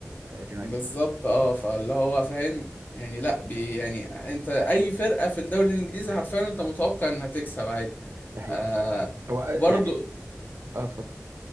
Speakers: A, on the right; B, on the left.
A: اليونايتد
B: بالظبط اه فاللي هو فاهم يعني لا بي يعني انت اي فرقه في الدوري الانجليزي حرفيا انت متوقع انها تكسب عادي
A: ده حقيقي
B: آه
A: هو آه،
B: برضو
A: يعني اه اتفضل